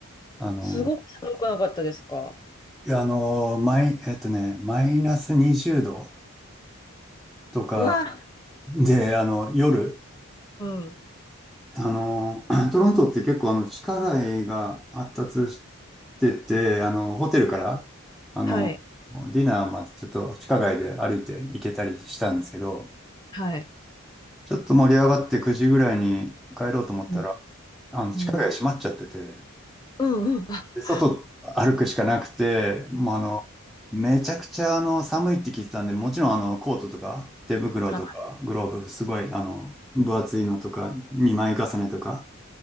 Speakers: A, in the centre; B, on the left.
A: あの、
B: すごく寒くなかったですか
A: いやあの、マイ、えっとね、マイナス20度とか
B: うわ、
A: で、あの、夜、
B: うん。
A: あの、<clears throat> トロントって結構あの、地下街が発達してて、あの、ホテルから、あの、
B: はい、
A: ディナーまでちょっと地下街で歩いて行けたりしたんですけど、
B: はい。
A: ちょっと盛り上がって9時ぐらいに帰ろうと思ったら、
B: うん。
A: あの、地下街閉まっちゃってて、
B: うん。うんうん。あ、
A: で、外歩くしかなくて、もうあの、めちゃくちゃあの、寒いって聞いてたんで、もちろんあの、コートとか、手袋とか、
B: は
A: グローブ、すごいあの、分厚いのとか、2枚重ねとか、